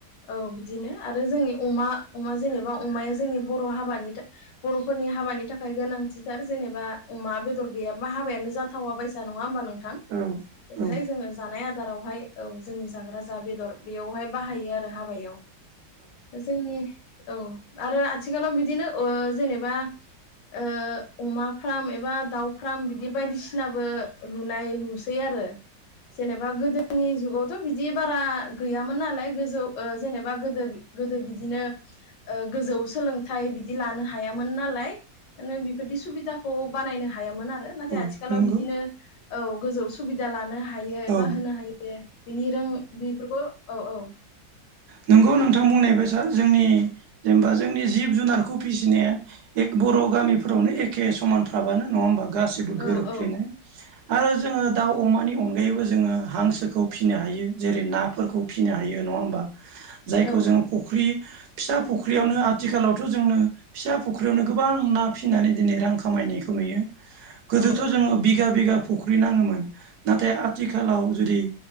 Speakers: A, on the left; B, on the right.
A: औ बिदिनो आरो जोंनि अमा अमा जेनेबा अमाया जोंनि बर' हाबानि बर'फोरनि हाबानि थाखाय गोनांथिथार जेनेबा अमा बेदर गैयाबा हाबायानो जाथावा बायसा नङा होमबा नों
B: औ
A: हाय जोङो जानाय आदारावहाय औ जोंनि जाग्रा जा बेदर बेयावहाय बाहायो आरो हाबायाव जोंनि औ आरो आथिखालाव बिदिनो ओ जेनेबा ओ अमा फ्राम एबा दाउ फ्राम बिदि बायदिसिनाबो लुनाय नुसै आरो जेनेबा गोदोनि जुगावथ' बिदि बारा गैयामोन नालाय गोजौ ओ जेनेबा गोदो बिदिनो गोजौ सोलोंथाइ बिदि लानो हायामोन। नालाय मे बेफोरदि सुबिदाखौ बानायनो हायामोन आरो नाथाय
B: औ
A: आथिखालाव
B: नंगौ
A: बिदिनो औ गोजौ सुबिदा लानो हायो एबा
B: औ
A: होनो हायो बिनि रों बेफोरखौ औ औ
B: नोंगौ नोंथां बुंनाय बायसा जोंनि जेनेबा जोंनि जिब जुनारखौ फिसिनाया बर' गामिफोरावनो एखे समानफ्राबानो नङा होमबा गासिबो
A: औ
B: गोरोबफ्लेनाय
A: औ
B: आरो जोङो दाउ अमानि अनगायैबो जोङो हांसोखौ फिसिनो हायो जेरै नाफोरखौ फिसिनो हायो। नङा होमबा जायखौ
A: औ
B: जोङो फुख्रि फिसा फख्रियावनो आथिखालावथ' जोंनो फिसा फख्रियावनो गोबां ना फिनानै दिनै रां खामायनायखौ नुयो गोदोथ'
A: औ
B: जोङो बिगा बिगा फुख्रि नाङोमोन नाथाय आथिखालाव जुदि